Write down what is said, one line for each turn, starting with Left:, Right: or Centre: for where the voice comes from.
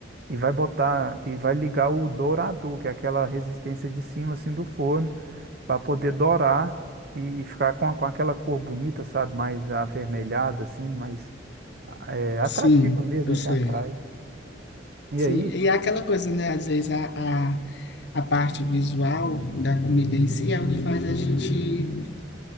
Right: e vai botar, e vai ligar o dourador, que é aquela resistência de cima, assim, do forno para poder dourar e, e ficar com, com aquela cor bonita, sabe? Mais avermelhada, assim, mais é, atrativa
Left: Sim,
Right: mesmo,
Left: eu
Right: né?
Left: sei.
Right: Que atrai. E
Left: Sim,
Right: aí,
Left: e é aquela coisa, né? Às vezes a, a, a parte visual da comida em si é o que faz a gente